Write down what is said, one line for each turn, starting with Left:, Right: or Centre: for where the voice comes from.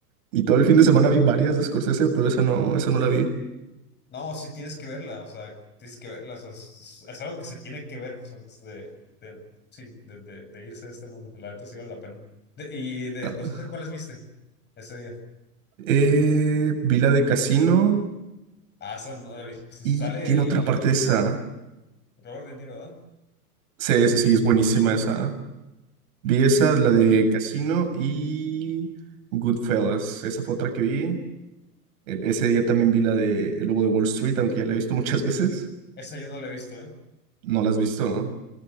Right: Y todo el fin de semana vi varias de Scorsese, pero esa no, esa no la vi.
Left: No, sí tienes que verla, o sea, tienes que verla, o sea, es, es- es algo que se tiene que ver pues, antes de, de- sí, de, de- de irse de este mundo. La neta sí vale la pena. De- y de
Right: Ta-
Left: Scorsese, ¿cuáles viste ese día?
Right: Eh, vi la de Casino
Left: Ah, esa no la he visto.
Right: y
Left: Sale
Right: tiene
Left: el
Right: otra parte de esa.
Left: Robert De Niro, ¿verdad?
Right: Sí, esa sí, es buenísima esa. Vi esa, la de Casino y Goodfellas. Esa fue otra que vi. E- Ese día también vi la de El Lobo de Wall Street, aunque ya la he visto muchas <laughs> veces.
Left: Esa yo no la he visto, ¿eh?
Right: No la has visto, ¿no?